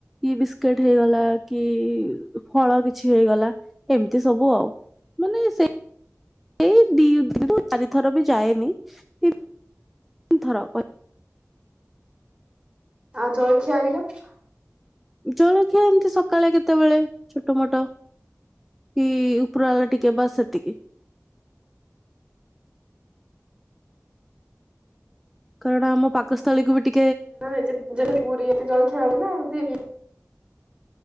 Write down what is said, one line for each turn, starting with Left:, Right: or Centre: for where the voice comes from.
Centre: ଟି ବିସ୍କିଟ୍ ହେଇଗଲା କି ଫଳ କିଛି ହେଇଗଲା ଏମ୍ତି ସବୁ ଆଉ। ମାନେ ସେଇ ଏଇ ଦିରୁ ଚାରିଥର ବି ଯାଏନି। ତିନି ଥର
Right: ଆଉ ଜଳିଖିଆ ହେରିକା?
Centre: ଜଳଖିଆ ଏମିତି ସକାଳେ କେତେବେଳେ ଛୋଟ ମୋଟ କି ଉପରଆଲା ଟିକେ ବାସ୍ ସେତିକି। କାରଣ ଆମ ପାକସ୍ଥଳୀକୁ ବି ଟି
Right: ଯେମିତି ପୁରୀ ଏମିତି ଜଳଖିଆ ହଉଛି ନା <unintelligible>